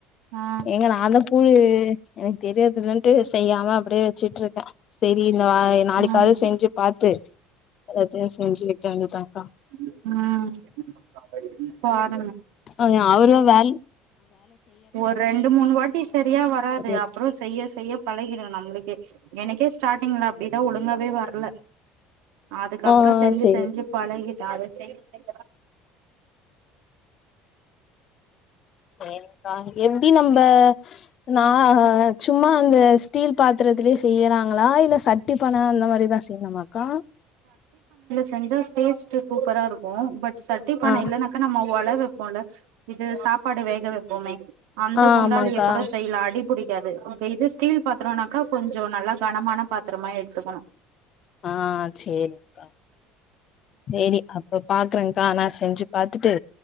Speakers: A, on the right (about 80°); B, on the left (about 45°).
A: ஆ
B: எங்க நாந்தா கூழு எனக்கு தெரியாதுலன்ட்டு செய்யாம ஆ அப்பிடியே வெச்சுட்டு இருக்க சேரி இந்த நா நாளிக்காது
A: ம்
B: செஞ்சு பாத்து அது செஞ்சு வைக்க வேண்டியந்தாங்க்கா
A: உம் <unintelligible>
B: அஹ அவரு வே
A: ஒரு ரெண்டு மூணு வாட்டி சரியா வராது
B: ஒரு
A: அப்றோ செய்ய செய்ய பழகிறும் நம்மளுக்கு எனக்கே ஸ்டார்டில்ல அப் அப்பிடிதா ஒழுங்காவே வர்ல அதுக்கப்புறோ
B: ஆ
A: செஞ்சு
B: சேரி
A: செஞ்சு பழகி அத அதது செய்ய செய்
B: சேரிக்கா எப்டி நம்ம நா சும்மா அந்த ஸ்டீல் பாத்திரத்துல செய்யலா ங்களா இல்ல சட்டிட பான அந்த மாரி தா செய்யணுமா அக்கா
A: செஞ்ச டேஸ்ட் சூப்பரா இருக்கு பட் சட்டி பான
B: ஆ
A: இல்லனாக்கா நம்ம உழவு போல இது சாப்பாடு வேகவைப்பபோமே அந்த
B: ஆ
A: குண்டாளிய
B: ஆமாக்கா
A: கூட செய்யலா அடிபுடி க்காது உன்கு இது ஸ்டீல் பாத்திரம்னாக்கா கொஞ்சோ நல்லா கனமான பாத்திரமா எடுத்துக்கணும்
B: ஆஹ் செரிங்க்கா செரி அப்ப பாக்குறேங்க்கா நான் செஞ்சு பாத்துட்டு